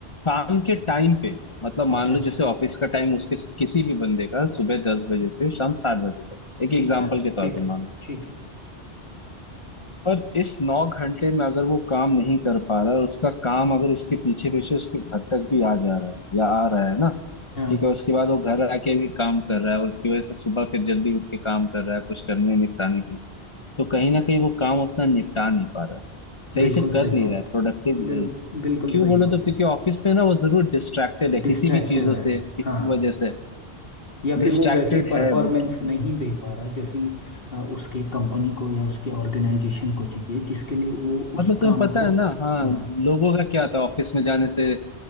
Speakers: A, on the left (about 30°); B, on the left (about 60°).
A: काम के टाइम पे मतलब मान
B: अच्छा
A: लो
B: अच्छा
A: जैसे ऑफिस का टाइम उसके किसी भी बंदे का सुबह दस बजे से शाम सात बजे तक एक
B: ठीक
A: एग्जाम्पल
B: है
A: के
B: ठीक
A: तौर पे
B: है
A: मान लो
B: ठीक है
A: और इस नौ घंटे में अगर वो काम नहीं कर पा रहा है और उसका काम अगर उसके पीछे पीछे उसके घर तक भी आ जा रहा है या आ रहा है ना
B: हाँ
A: ठीक है उसके बाद वो घर आके भी काम कर रहा है और उसकी वजह से सुबह फिर जल्दी उठ के काम कर रहा है कुछ करने निपटाने के लिए तो कहीं ना कहीं वो काम अपना निपटा नहीं पा रहा है सही
B: बिल्कुल
A: से कर
B: सही
A: नहीं
B: बात
A: रहा है प्रोडक्टिव नहीं
B: बिल बिल्कुल
A: क्यों
B: सही
A: बोलो तो
B: बात
A: क्योंकि ऑफिस में ना वो जरूर डिस्ट्रैक्टेड है किसी
B: डिस्ट्रैक्टिव
A: भी चीजों
B: है
A: से किसी
B: हाँ
A: वजह से
B: या फिर
A: डिस्ट्रैक्टेड
B: वो वैसी परफॉर्मेंस
A: है वो किसी
B: नहीं दे पा रहा जैसी अ, उसके कंपनी को या उसके ऑर्गेनाइजेशन को चाहिए जिसके लिए वो उस
A: मतलब
B: काम
A: तुम्हें पता
B: को
A: है ना हाँ
B: हाँ
A: लोगों का क्या होता है ऑफिस में जाने से